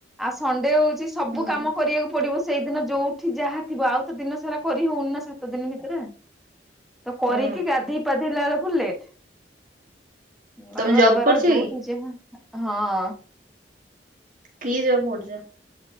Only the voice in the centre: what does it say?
ଆଉ ସଣ୍ଡେ ହଉଛି ସବୁ
କାମ କରିବାକୁ ପଡିବ। ସେଇଦିନ ଯୋଉଠି ଯାହା ଥିବ ଆଉ ତ ଦିନ ସାରା କରି ହଉନି ନା ସାତ ଦିନ ଭିତରେ। ତ କରିକି
ଗାଧେଇ ପାଧେଇଲା ବେଳକୁ ଲେଟ୍।
ଘର
ଦ୍ୱାର
ଯୋଉଠି
ଯାହା ହଁ।